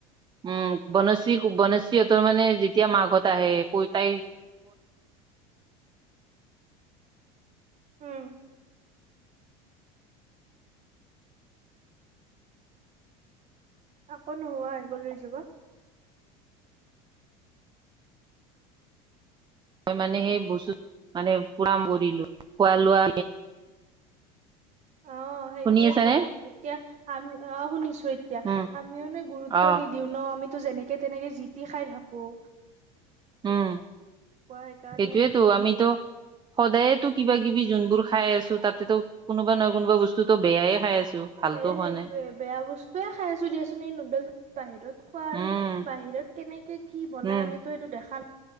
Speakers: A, on the right (about 25°); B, on the right (about 40°).
A: উম বনশ্ৰী-বনশ্ৰীহঁতৰ মানে যেতিয়া মাকহত আহে ক তাই
B: উম আকৌ নোহোৱা হৈ গ'ল এই যেগা।
A: মই মানে সেই বস্তু <unintelligible> মানে পুৰা মৰিলো <unintelligible> খোৱা লোৱা
B: অ' সেইটোৱেটো
A: শুনি আছানে?
B: এতিয়া আমি অ' শুনিছো এতিয়া
A: উম,
B: আমিও ন' গুৰুত্ব
A: অ',
B: নিদি দিও ন' আমিতো যেনেকে তেনেকে জিতি খাই থাকোঁ
A: উম
B: সেইকাৰণে
A: সেইটোৱে
B: হৈছে।
A: তো আমি ত সদায় তো কিবা কিবি যোনবোৰ খাই আছো তাতে টো কোনোবা নহয় কোনোবা বস্তুতো বেয়ায়ে খাই আছো ভালতো
B: সে
A: হোৱা
B: সেইটোয়ে
A: নাই।
B: বেয়া বস্তুৱে খাই আছো দিয়াচোন এই নুডল বাহিৰত খোৱা
A: উম,
B: আৰু বাহিৰত কেনেকে কি বনাই
A: উম,
B: আমিতো সেটো দেখা না